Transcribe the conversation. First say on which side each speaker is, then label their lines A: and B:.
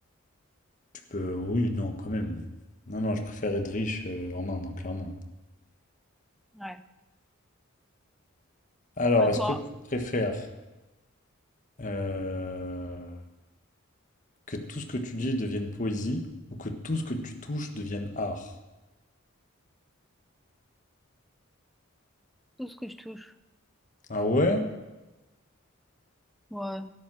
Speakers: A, on the left; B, in the centre.
A: tu peux... Oui, non, quand même. Non, non, je préfère être riche euh, en Inde, hein, clairement.
B: Ouais.
A: Alors,
B: À toi,
A: est-ce que tu préfères euh, que tout ce que tu dis devienne poésie ou que tout ce que tu touches devienne art?
B: tout ce que je touche.
A: Ah ouais?
B: Ouais,